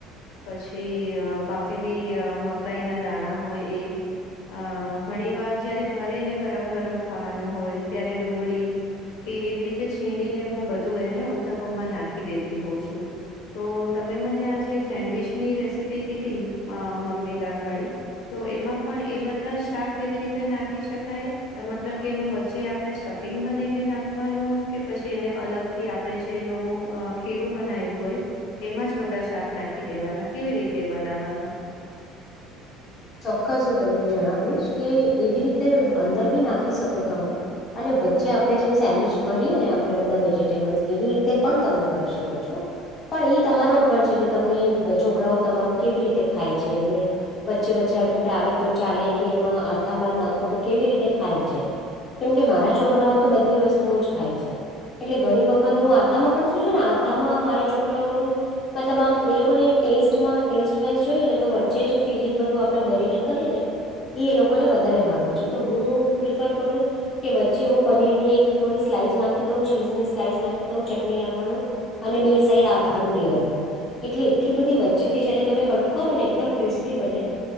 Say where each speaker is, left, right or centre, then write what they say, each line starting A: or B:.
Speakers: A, on the left; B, on the left.
A: પછી બાફેલી મકાઈ ના દાણા હોય એ અ ઘણી વાર જયારે ઘરે એને ગરમ ગરમ ખાવાનું હોય ત્યારે ડુંગળી કે એવી રીતે છીણીને હું બધું એને ઉત્તપમમાં નાખી દેતી હોઉં છું તો તમે મને આજે સેન્ડવીચની રેસીપી કીધી મગની દાળ વાળી તો એમાં પણ એ બધા શાક એવી રીતે નાખી શકાય? મતલબ કે એનું વચ્ચે આપડણે સ્ટફિંગ બનાઈને નાખવાનું કે પછી એને અલગ થી આપડે જે એનું અ ખીરું બનાયું હોય એમાં જ બધા શાક નાખી દેવાના કેવી રીતે બનાવવાનું?
B: ચોક્કસ હું તમને જણાવીશ કે એવી રીતે અંદર બી નાખી શકો તમે અને વચ્ચે આપણે જેમ સેન્ડવીચ ભરીએ ને આપડે બધા વેજીિટેબલ્સ એવી રીતે પણ તમે કરી શકો છો પણ એ તમારા ઉપર છે કે તમને છોકરાઓ તમારું કેવી રીતે ખાય છે એમને વચ્ચે વચ્ચે આવી રીતે આવે તો ચાલે કે એમાં આથામાં જ નાખો તો કેવી રીતે ખાય છે કેમકે મારા છોકરાઓ તો બધી વસ્તુઓ જ ખાય છે એટલે ઘણી વખત હું આથામાં પણ શું છે ને આથામાં મારા છોકરાઓ થોડું મતલબ આમ એ લોકોને ટેસ્ટમાં ટેસ્ટવાઈઝ જોઈએ ને તો વચ્ચે જ ફિલિંગ બધું આપણે ભરીને કરીએ ને એ એ લોકોને વધારે ભાવે છે તો હું પ્રિફર કરું. કે વચ્ચે હું પનીર ની એક થોડી સ્લાઈસ નાખી દઉં ચીઝની સ્લાઈસ નાખી દઉં ચટણી લગાડું અને બે સાઈડ આથાનું લેયર હોય એટલે એટલી બધી વચ્ચે થી જયારે તમે કટ કરો ને એકદમ ક્રિસ્પી બને.